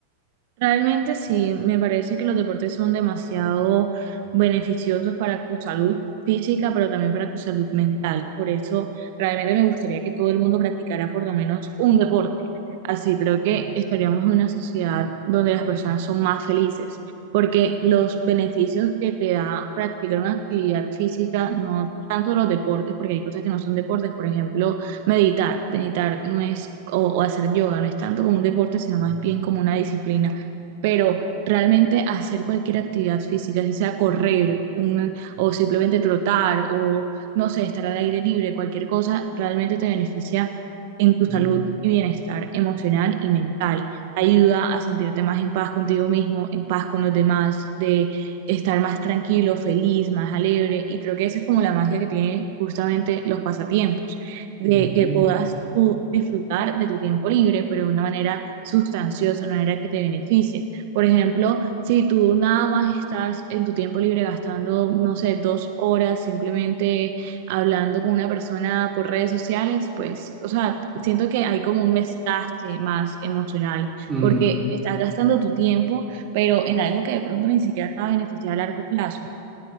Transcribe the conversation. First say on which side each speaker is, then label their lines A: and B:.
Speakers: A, on the right; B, on the right.
A: Realmente sí, me parece que los deportes son demasiado beneficiosos para tu salud física, pero también para tu salud mental. Por eso realmente me gustaría que todo el mundo practicara por lo menos un deporte. Así creo que estaríamos en una sociedad donde las personas son más felices, porque los beneficios que te da practicar una actividad física, no tanto los deportes, porque hay cosas que no son deportes, por ejemplo, meditar. Meditar no es, o, o hacer yoga, no es tanto como un deporte, sino más bien como una disciplina pero realmente hacer cualquier actividad física, si sea correr un, o simplemente trotar o, no sé, estar al aire libre, cualquier cosa, realmente te beneficia en tu salud
B: Mm,
A: y bienestar emocional y mental. Te ayuda a sentirte más en paz contigo mismo, en paz con los demás, de estar más tranquilo, feliz, más alegre. Y creo que esa es como la magia que tienen justamente los pasatiempos, de
B: Ujú.
A: que puedas tú disfrutar de tu tiempo libre, pero de una manera sustanciosa, de una manera que te beneficie. Por ejemplo, si tú nada más estás en tu tiempo libre gastando, no sé, dos horas simplemente hablando con una persona por redes sociales, pues, o sea, siento que hay como un desgaste más emocional,
B: Mm,
A: porque estás gastando tu tiempo, pero en algo que de pronto ni siquiera te va a beneficiar a largo plazo.